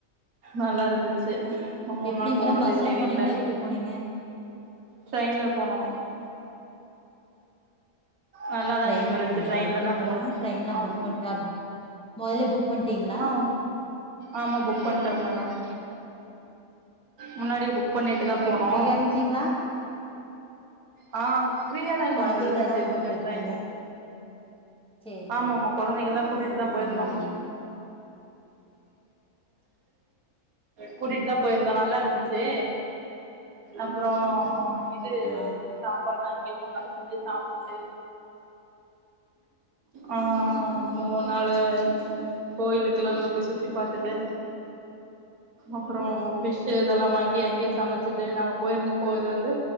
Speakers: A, on the right (about 75°); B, in the centre.
A: நல்லா இருந்துச்சு மூணு
B: எப்டி
A: நாள்
B: மேடம்
A: போனதே
B: பஸ்ல
A: தெரில
B: போனீங்ளா எப்டி போனீங்க
A: ட்ரெயின்ல போனோ நல்லாதாங்க
B: ட்ரெயின்ல
A: மேம் இருந்துச்சு
B: போனீங்களா
A: ட்ரெயின்ல
B: எப்டிங்
A: தா
B: மேடம்
A: போனோ
B: ட்ரெயின்ல
A: ஆமா
B: புக் பண்ட்டு அப் மொதலே புக் பண்ட்டீங்களா
A: ஆ ஆமா புக் பண்டோங் மேடம் முன்னாடி புக் பண்ணிட்டு தா
B: எப்டி
A: போனோ
B: ஃப்ரீயா இருன்சுங்ளா
A: ஆ ஃப்ரீயா தாங்க
B: கொழந்தைகள
A: மேம் இருந்துச்சு
B: எல்லா கூட்டு
A: கொஞ்ச
B: போயிருப்பீங்க
A: டிரெயின்
B: சேரி
A: ஆமாமா
B: சேரி
A: குழந்தைகள்லா கூட்டிட்டு தா போயிருந்தோ
B: ம்
A: கூட்டிட் தா போயிருந்தோ நல்லா இருந்துச்சே அப்றோ இது
B: ஆ
A: சாப்பாட்லா இங்யே மூண் நாள் செஞ்சு சாப்பிட்டு ஆ மூணு நாலு கோயிலுக்ககலா நல்லா போய் சுத்தி பாத்துட்டு அப்றோ ஃபிஷ்ஷு இதெல்லா வாங்கி அங்யே சமைச்சிட்டு நாங்க போயிருந்தக்கோ இது வந்து